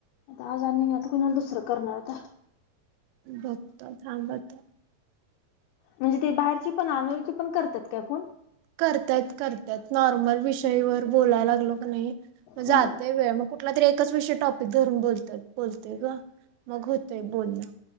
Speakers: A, on the left (about 80°); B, on the right (about 80°).
A: आज आणि आता कुणाला दुसरं करणार आता?
B: बघतो थांब आता.
A: म्हणजे ते बाहेरची पण अनोळखी पण करतात काय फोन?
B: करत्यात- करत्यात नॉर्मल विषयवर बोलायला लागलो की नाही मग जाते
A: हा
B: वेळ मग कुठला तरी एकच विषयी टॉपिक धरून बोलतोय बोलते गं. मग होतोय बोलणं.